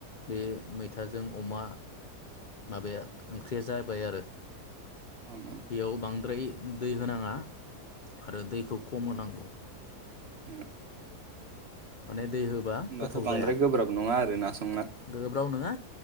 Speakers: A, on the left (about 75°); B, on the right (about 45°).
A: बे मैथाजों अमा माबाया ओंख्रिया जाबाय आरो
B: ओं
A: बेयाव बांद्राय दै होनाङा आरो दैखौ खम होनांगौ
B: <unintelligible>
A: माने दै होबा
B: होमबाथ'
A: गोथाव
B: बांद्राय
A: जाया
B: गोब्राब नङा आरो ना संना
A: गोब्राव नङा